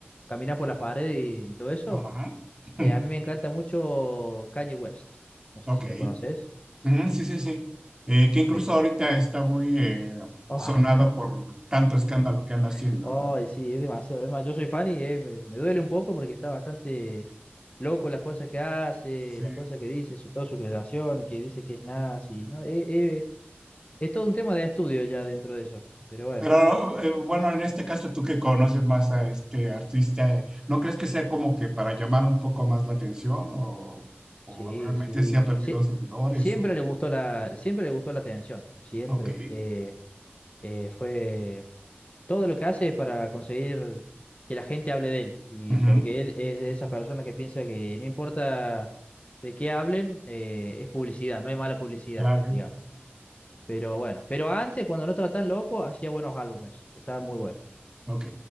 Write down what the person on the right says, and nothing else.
Ajá. <clears throat>
<laughs>
Ok.
Ujú, sí, sí, sí. Eh, que
incluso ahorita está muy eh,
sonado por tanto escándalo que anda haciendo,
¿no?
Sí.
Pero eh, bueno, en este caso tú que conoces más a este artista, eh, ¿no crees que sea como que para llamar un poco más la atención o, o
realmente
sí ha perdido
seguidores
o...
Ok,
ujú,
claro,
ok.